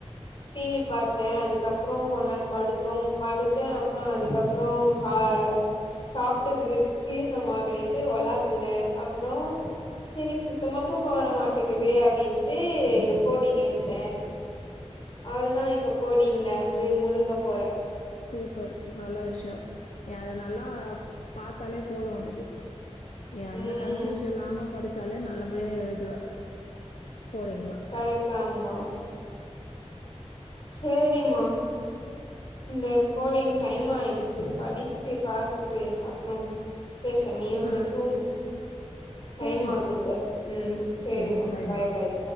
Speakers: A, on the left; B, on the left.
A: டிவி பாத்தே அதுகப்றோ கொன்னெரு படுத் த்தோ படுத்தே அப்றோ அதுக்கப்புறோ சாய சாப்ட்டது ஜீர்ணமாகலேன்ட்டு ஒளாத்துனே அப்றோ சேரி சுத்தமா தூக்கோ வர மாட்டேங்குது அப்டின்ட்டு கோடிங் எடுத்தே அவள் தான் இப்ப கோடிங்கள வந்து முழுங்க போறே
B: சூப்பர் நல்ல விஷ்யோ நீ அத நல்லா பாத்தாலே போதும் ஒனக்கு நீ
A: ம்
B: அந்த கன்ஃபியூஷன் இல்லாம படுச்சாலே நல்லபடியா எழுதுவ கோடிங்ளா
A: தயிர் தாம்மா சேரிம்மா இந்தே கோடிங் டைம் ஆயிடுச்சு படிச்சு பாத்துட்டு அப்றம் பேச நீயும்
B: ஆ
A: போய் தூங்கு டைம்
B: சேரிம்மா
A: ஆகுதுப்ல ம் சேரிம்மா
B: சேரி பாய்மா
A: பாய் பாய்